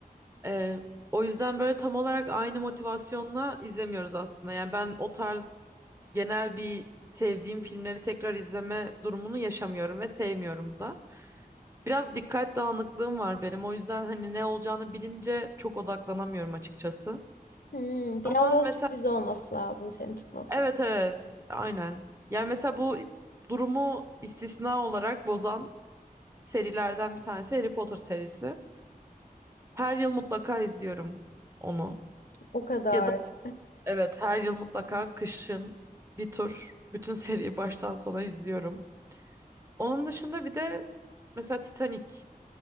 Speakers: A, on the right (about 20°); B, on the left (about 70°).
A: Ee, o yüzden böyle tam olarak aynı motivasyonla izlemiyoruz aslında. Yani ben o tarz genel bir sevdiğim filmleri tekrar izleme durumunu yaşamıyorum ve sevmiyorum da. Biraz dikkat dağınıklığım var benim. O yüzden hani ne olacağını bilince çok odaklanamıyorum açıkçası.
B: Hmm, biraz
A: Ama
B: daha
A: mesela
B: sürpriz olması lazım seni tutması
A: evet
B: için.
A: evet aynen. Yani mesela bu durumu istisna olarak bozan serilerden bir tanesi Harry Potter serisi. Her yıl mutlaka izliyorum onu.
B: O kadar.
A: Ya da evet her yıl mutlaka kışın bir tur bütün <laughs> seriyi baştan sona izliyorum. Onun dışında bir de mesela Titanic